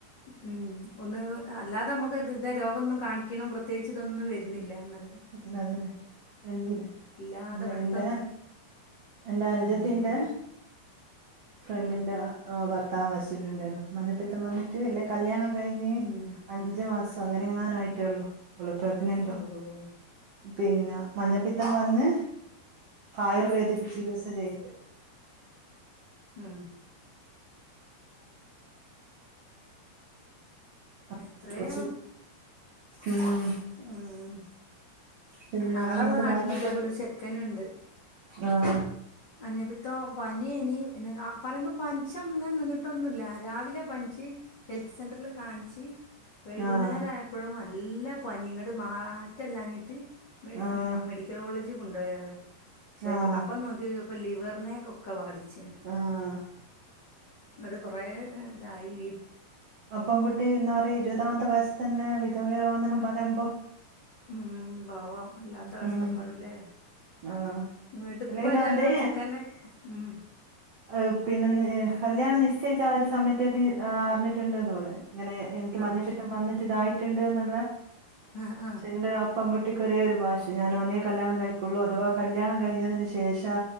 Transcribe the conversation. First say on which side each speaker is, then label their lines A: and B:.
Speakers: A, on the left; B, on the right.
A: ഉം ഒന്ന് ന്ന് അല്ലാതെ മ്മക്ക് ത് ഇത രോഗൊന്നും കാണിക്ണും വൃ- ത്യേകിച്ചിതൊന്നും വരുന്നില്ലന്നറിയ.
B: ഉം അതന്നെ എ
A: ഇല്ലാതെ
B: ഇല്ല
A: പെട്ടെന്ന്
B: എൻ്റെ. എന്റെ അനുജത്തിന്റെ.
A: ഉം
B: ഫ്രണ്ടിന്റെ
A: ഉം
B: അ ഭർത്താവ് മര്ച്ചിട്ടുണ്ടായിന്നു മഞ്ഞപ്പിത്തം വന്നി ട് ന്നെ കല്യാണം കഴിഞ്ഞ്
A: ഉം
B: അഞ്ചു മാസം അങ്ങനെങ്ങാനും
A: ഉം
B: ആയിട്ടേള്ളു ഓള് പ്രഗ്നൻ്റാ.
A: ഓഹ്
B: പിന്ന മഞ്ഞപ്പിത്തം വന്ന് ആയുർവേദിക്
A: ആഹ്
B: ചികിത്സ ചെയ്ത്.
A: ഉം
B: <unintelligible>
A: എത്രയാ
B: ഉം.
A: ഉം
B: പിന്ന
A: ഞങ്ങളെ
B: എന്നിട്ട്
A: നാട്ടിലും
B: മരണപ്പെട്ട്
A: ഇതേപോലെ ഒരു ചെക്കനുണ്ട്
B: ആഹ്.
A: മഞ്ഞപ്പിത്തം പന്യേനി പിന്നെ കാ പറിമ്പ പൻച്ചങ്ങനെ നിന്നിട്ടൊന്നുല്ല രാവിലെ പൻച്. ഹെൽത്ത് സെന്റർൽ കാണിച്ചി- ഈ വൈകുന്നേര
B: ആഹ്
A: ആയപ്പഴും അല്ല പന്യ ങ്ങട്ട് മാറ്റല്ലാഞ്ഞിട്ട്. മെടി
B: ആഹ്
A: ഉം മെഡിക്കൽ കോളേജി കൊണ്ടോയാരാ ക്ഷേ
B: ആഹ്
A: അപ്പം നോക്ക്യോക്യപ്പം ലിവർനെക്ക്- ക്ക ബാധിച്ച്ണ്
B: ആഹ്
A: ങ്ങട് കൊറേ തായി
B: അപെങ്കുട്ടി എന്താ പറയാ ഇരുപതാമത്തെ വയസ്സ് തന്നെ വിധവയവന്നല്ല പറയുമ്പൊ.
A: ഉം ഉം പാവം അല്ലാത്ത കഷ്ടപ്പാട്
B: ഉം
A: ലേ.
B: ആഹ്
A: ങ്ങട്
B: അല്ലെങ്കില്
A: പ്പേതായാലും
B: അതേ
A: ആ ചെക്കന്നെ ഉം.
B: ഏഹ് പിന്നെ <unintelligible> കല്യാണം നിശ്ചയിച്ച ആ ഒരു സമയത്തേ അറിഞ്ഞിട്ടുണ്ട്ന്ന് തോന്നുന്നു ഇങ്ങനെ എനിക്ക്
A: ആഹ്
B: മഞ്ഞപ്പിത്തം വന്നിട്ട് ഇതായിട്ടുണ്ട് എന്നുള്ളെുടെ
A: ആഹ് ആഹ്
B: അപ്പകുട്ടി കുട്ടിക്ക് ഒരേ ഒരു വാശി ഞാൻ ഓനേ കല്യാണം കഴിക്കുള്ള അഥവാ കല്യാണം കഴിഞ്ഞതിന് ശേഷം